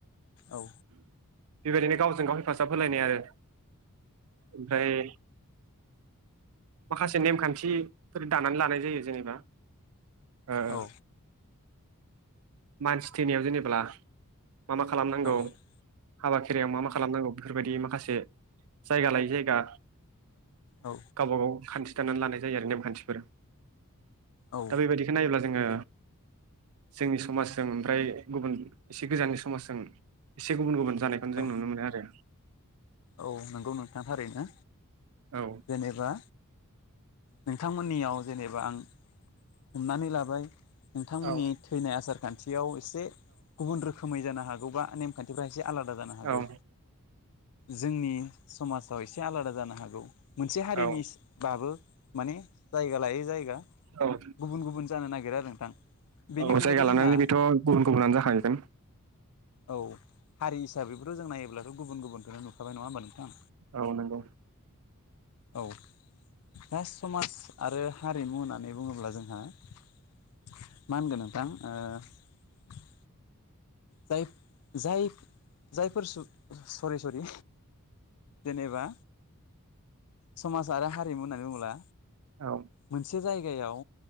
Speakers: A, on the left; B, on the right.
A: औ।
B: बेबायदिनो गावजों गाव हेफाजाब होलायनाय आरो ओमफ्राय माखासे नेमखान्थिफोर दानानै लानाय जायो जेनेबा ओ
A: औ।
B: मानसि थैनायाव जेनेब्ला मा मा खालामनांगौ
A: औ
B: हाबा खेरायाव मा मा खालामनांगौ? बेफोरबायदि माखासे जायगा लायै जायगा
A: औ
B: गावबा गाव खान्थि खानानै लानाय जायो आरो नेम खान्थिफोर
A: औ
B: दा बेबायदिखौ नायोब्ला जोङो जोंनि सो समाजजों ओमफ्राय गुबुन एसे गोजाननि समाजजों एसे गुबुन गुबुन जानायखौनो
A: औ
B: जों नुनो मोनो आरो।
A: औ नंगौ नोंथां थारैनो
B: औ
A: जेनेबा नोंथांमोननियाव जेनेबा आं हमनानै लाबाय नोंथांमोननि
B: औ
A: थैनाय आसार खान्थियाव एसे गुबुन रोखोमै जानो हागौबा नेमखान्थिफोरा एसे एसे आलादा जानो हागौ
B: औ
A: जोंनि समाजाव एसे आलादा जानो हागौ। मोनसे हारिनि
B: औ
A: बाबो माने जायगा लायै जायगा
B: औ
A: गुबुन गुबुन जानो नागिरो आरो नोंथां। बेनि
B: औ
A: अनगायैबो
B: जायगा
A: जोंहा
B: लानानै बेथ गुबुन गुबुनानो जाखाहैगोन
A: औ हारि हिसाबैबोथ'जों नायोब्लाथ गुबुन गुबुनखौनो नुखाबाय नङा होमबा नोंथां।
B: औ नोंगौ।
A: औ जा समाज आरो हारिमु होननानै बुङोब्ला जोंहा मा होनगोन नोंथां ओ जाय जाय जायफोर सु सरि सरि जेनेबा समाज आरो हारिमु होननानै बुङोब्ला
B: औ
A: मोनसे जायगायाव